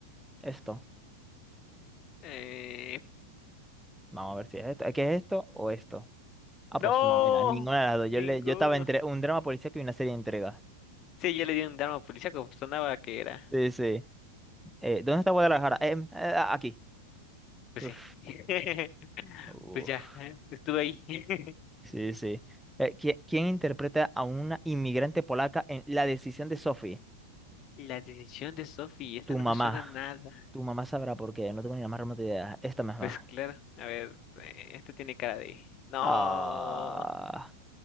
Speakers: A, in the centre; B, on the left (about 40°).
A: Esto.
B: eh,
A: Vamos a ver si es esto. ¿Qué es esto o esto? Ah,
B: ¡No!
A: pues no, mira, ninguna de las dos.
B: Ninguno.
A: Yo, le, yo estaba entre un drama policíaco y una serie de intriga.
B: Sí, yo le di un drama policíaco, pues, sonaba que era.
A: Sí, sí. Eh, ¿dónde está Guadalajara? Em, eh, ah, aquí.
B: Pues
A: Uf,
B: sí. <laughs>
A: uf.
B: Pues ya, eh, estuve ahí. <laughs>
A: Sí, sí. Eh, ¿qui- ¿quién, interpreta a una inmigrante polaca en La decisión de Sophie?
B: La decisión de Sophie, esta
A: Tu
B: no
A: mamá.
B: me suena a nada.
A: Tu mamá sabrá por qué, no tengo ni la más remota idea. Esta misma.
B: Pues claro, a ver, eh, esta tiene cara de. ¡No!
A: Ah,